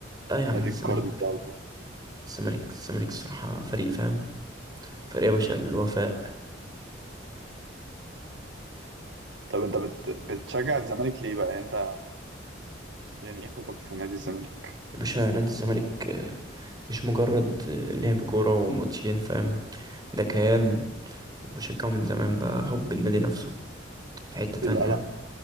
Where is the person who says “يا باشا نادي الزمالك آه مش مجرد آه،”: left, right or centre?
Right